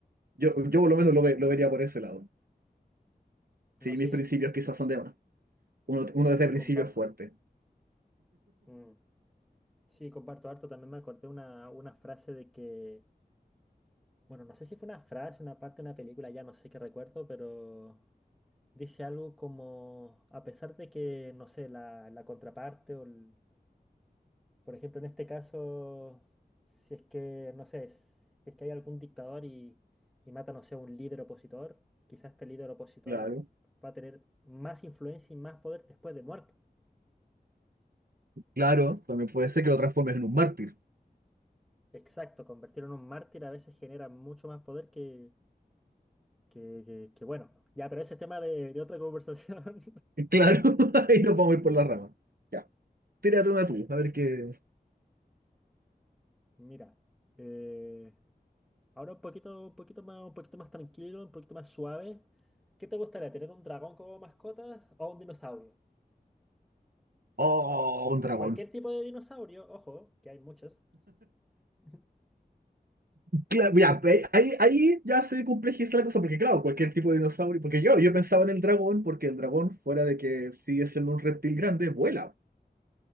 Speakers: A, on the right; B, in the centre.
A: yo, yo por lo menos lo, ve- lo vería por ese lado. Sí,
B: No, sí,
A: mis principios
B: sí,
A: quizás son de más. Uno, uno
B: sí,
A: desde
B: sí,
A: el principio
B: comparto.
A: es fuerte.
B: Mm, Sí, comparto harto. También me acordé una, una frase de que Bueno, no sé si fue una frase, una parte de una película, ya no sé qué recuerdo, pero dice algo como, a pesar de que, no sé, la, la contraparte o, el- por ejemplo, en este caso, si es que, no sé, si es que hay algún dictador y, y mata, no sé, a un líder opositor, quizás este líder opositor
A: Claro.
B: va a tener más influencia y más poder después de muerto.
A: Claro, también puede ser que lo transformes en un mártir.
B: Exacto, convertirlo en un mártir a veces genera mucho más poder que, que, que- que, bueno. Ya, pero ese es tema de, de otra <laughs> conversación.
A: Claro, <laughs> ahí nos vamos a ir por la rama. Ya, tírate una tú, a ver qué...
B: Mira, eh, ahora un poquito, un poquito más, un poquito más tranquilo, un poquito más suave. ¿Qué te gustaría, tener un dragón como mascota o un dinosaurio?
A: Oh, un dragón.
B: Cualquier tipo de dinosaurio, ojo, que hay muchos. <laughs>
A: Claro, ya, pe- ahí, ahí ya se complejiza la cosa, porque claro, cualquier tipo de dinosaurio, porque yo, yo pensaba en el dragón, porque el dragón, fuera de que sigue siendo un reptil grande, vuela.